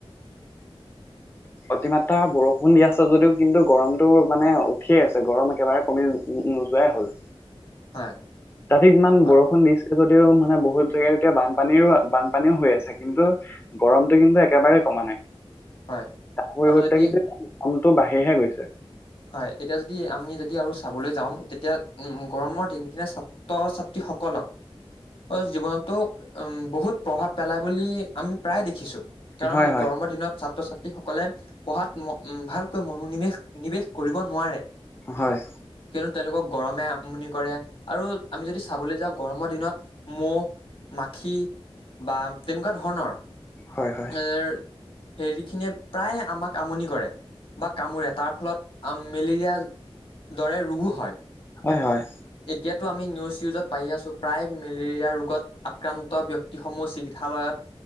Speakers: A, on the left (about 25°); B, on the left (about 60°).
A: অতিমাত্ৰা বৰষুণ দি আছে, যদিও কিন্তু গৰমটো মানে উঠিয়েই আছে, গৰম একেবাৰে কমি নোযোৱাই হ'ল।
B: হয়।
A: ৰাতি যিমান
B: আ-
A: বৰষুণ দিছিল যদিও মানে, বহুত জেগাত এতিয়া বানপানীৰো, বানপানীও হৈ আছে, কিন্তু গৰম টো কিন্তু একেবাৰেই কমা নাই,
B: হয়
A: তাৰ পৰিৱৰ্তে
B: আৰু যদি
A: কিন্তু গৰমটো বাঢ়িহে গৈছে।
B: হয়, এতিয়া যদি আমি যদি আৰু চাবলৈ যাওঁ। তেতিয়া উম্, গৰমৰ দিনকেইটা চা ছাত্ৰ-ছাত্ৰীসকলক অ', জীৱনতো উম্ বহুত প্ৰভাৱ পেলাই বুলি আমি প্ৰায় দেখিছোঁ। কাৰণ,
A: হয় হয়
B: গৰমৰ দিনত ছাত্ৰ-ছাত্ৰী সকলে পঢ়াত ম ভালকৈ মনোনিৱেশ, নিৱেশ কৰিব নোৱাৰে।
A: হয়।
B: কিয়নো তেওঁলোকক গৰমে আমনি কৰে, আৰু আমি যদি চাবলৈ যাওঁ গৰমৰ দিনত ম'হ-মাখি বা তেনেকুৱা ধৰণৰ
A: হয় হয়
B: এ' হেৰি খিনিয়ে প্ৰায় আমাক আমনি কৰে বা কামোৰে, তাৰ ফলত মেলেৰিয়াৰ দৰে ৰোগো হয়।
A: হয়, হয়।
B: এতিয়াটো আমি নিউজ-চিউজত পাইয়ে আছো, প্ৰায় মেলেৰিয়া ৰোগত আক্ৰান্ত ব্যক্তিসমূহ চিকিৎসালয়ত